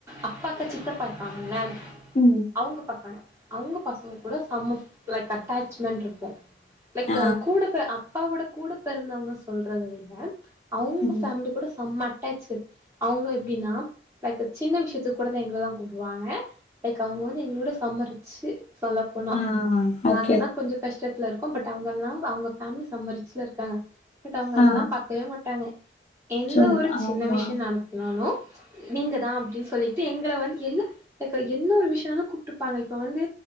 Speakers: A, on the right; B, on the left.
A: அப்பாக்கு சித்தப்பா இருப்பாங்கள்ள
B: ம் ம்
A: அவுங்க பசங்க அவுங்க பசங்க கூட சம் ஆஃ லைக் அட்டாச்மெண்ட்ருக்கு லைக்க
B: ஆ.
A: கூட பொ அப்பாவோட கூட பெறந்தவங்க சொல்றத விட அவுங்க
B: ம்.
A: ஃபேமிலி கூட செம்ம அட்டாச்சு அவுங்க எப்டின்னா லைக்க சின்ன விஷ்யத்து கூடத எங்களதா கும்புடுவாங்க லைக் அவுங்க வந்து எங்களோட செம்ம ரிச்சு சொல்ல போனா
B: ம் ம் ம் ஓக்
A: நாங்க தா கொஞ்சோ கஷ்டத்துல இருக்கோ பட் அவுங்கல்லா அவுங்க ஃபேமிலி செம்ம ரிச்சில இருக்காங்க பட் அவுங்க
B: ஆ.
A: அதெல்லா பாக்கவே மாட்டாங்க எந்த
B: சும்
A: ஒரு
B: ஆமா.
A: சின்ன விஷ்ய நடத்துனாலு நீங்க தா அப்டின் சொல்லிட்டு எங்கள வந்து எல்லா லைக்க என்ன ஒரு விஷ்யனாலு கூப்ட்டுப்பாங்க இப்ப வந்து